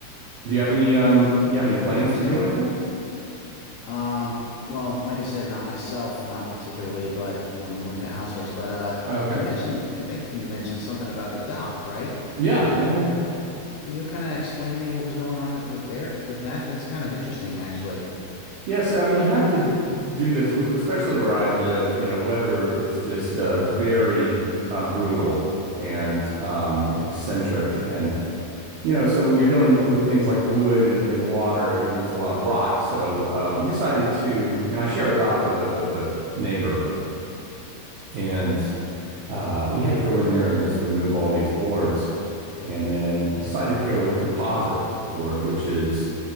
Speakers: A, on the right (about 80°); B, on the left (about 80°).
A: do you have any
B: Inter
A: um do you have any plans
B: interesting.
A: to do anything?
B: Um, well, like I said, not myself, not particularly, but I'm looking to outsource. But uh, you
A: Oh, okay.
B: mentioned, I think you mentioned something about the dock, right?
A: Yeah, yeah, yeah.
B: Can you kind of explain to me what was going on that with there with that? That's kind of interesting, actually.
A: Yeah, so I mean, you have to do this, especially where I live. You know, weather is just uh, very uh, brutal and um, eccentric, and you know, so you're dealing with things like wood and, and water. You know, there's a lot of rot. So uh, we decided to, and I share a dock with a with a neighbor, and uh, we had to go in there and just remove all these boards, and then decided to go with composite board, which is